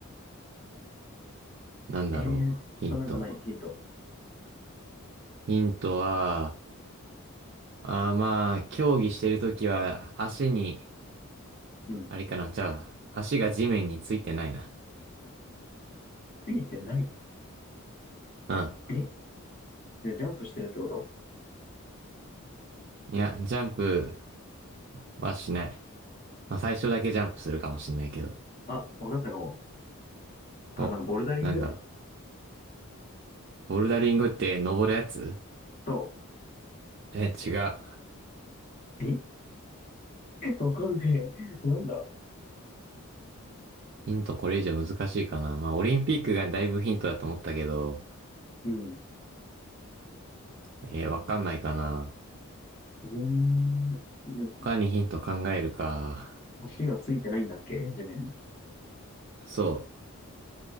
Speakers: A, on the right; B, on the left.
A: ーなんだろう。
B: えー、
A: ヒント。
B: 他なんかないヒント。
A: ヒントは、あーまあ、競技してるときは、足に、
B: うん。
A: あれかな、じゃあ、足が地面についてないな。
B: ついてない。
A: うん。
B: えで、ジャンプしてるってこと
A: いや、ジャンプはしない。まあ、最初だけジャンプするかもしんないけど。
B: あ、わかったかも。あの、
A: お、
B: ボルダリング
A: なんだろう。ボルダリングって登るやつ
B: と、
A: え、違う。
B: え <laughs> わかんねえ。なんだ
A: ヒントこれ以上難しいかな。まあ、オリンピックがだいぶヒントだと思ったけど、
B: うん。
A: えーわかんないかな。
B: えー、な
A: 他にヒント考えるか。
B: 足がついてないんだっけ地面に。
A: そ